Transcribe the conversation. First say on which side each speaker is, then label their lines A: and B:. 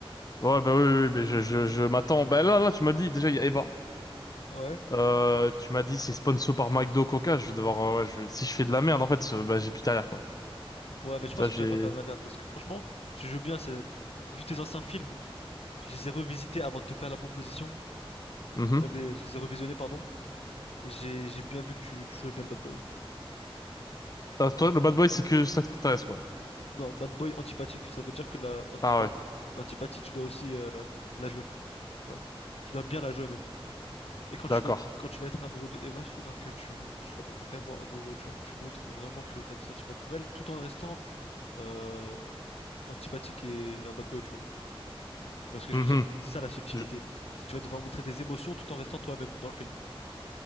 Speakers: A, on the left; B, on the left.
A: Ouais, bah oui, oui, oui, mais je, je, je m'attends. Bah là, là, tu m'as dit, déjà, il y a Eva.
B: Ouais.
A: Euh, tu m'as dit, c'est sponsor par McDo, Coca. Je vais devoir, euh, ouais, je vais- si je fais de la merde, en fait, euh, bah, j'ai plus de carrière, quoi.
B: Ouais, mais je pense
A: Ça,
B: que
A: j'ai,
B: tu vas pas faire de la merde parce que franchement, tu joues bien. C'est... Vu tes anciens films, je les ai revisités avant de te faire la proposition.
A: Mhm.
B: Enfin, les- Je les ai revisionnés, pardon. Et j'ai j'ai bien vu que tu, tu jouais bien le bad boy.
A: Ah, toi, le bad boy, c'est que ça qui t'intéresse, quoi.
B: Non, bad boy antipathique. Ça veut dire que la antipa-
A: Ah ouais,
B: l'antipathie, tu dois aussi euh, la jouer. Tu vois. Tu dois bien la jouer, même. Et quand
A: d'accord.
B: tu vas, quand tu vas être amoureux de Eva, il faudra que tu, tu sois vraiment amoureux, tu vois, que tu montres vraiment que tu as des sentiments pour elle, tout en restant euh, antipathique et, et un bad boy, tu vois. Tu vois ce que je
A: Mhm.
B: veux dire? C'est ça la subtilité.
A: Je-
B: C'est que tu vas devoir montrer des émotions tout en restant toi-même dans le film.